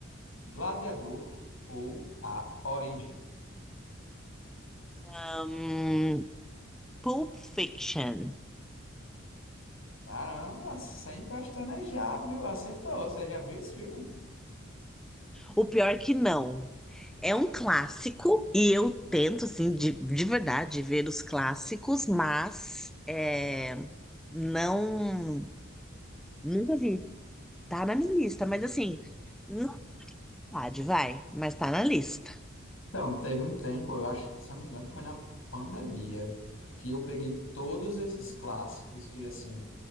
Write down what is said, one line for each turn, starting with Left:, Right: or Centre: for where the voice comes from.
Left: Gladiador ou A Origem?
Centre: Hum, Pulp Fiction.
Left: Caramba, sem pestanejar, viu? Acertou. Você já viu esse filme?
Centre: O pior que não. É um clássico e eu tento, assim, de, de verdade, ver os clássicos, mas é, não. Nunca vi. Tá na minha lista, mas assim, não pode, vai, mas tá na lista.
Left: Então, teve um tempo, eu acho, que, se eu não me engano, foi na pandemia, que eu peguei todos esses clássicos que, assim,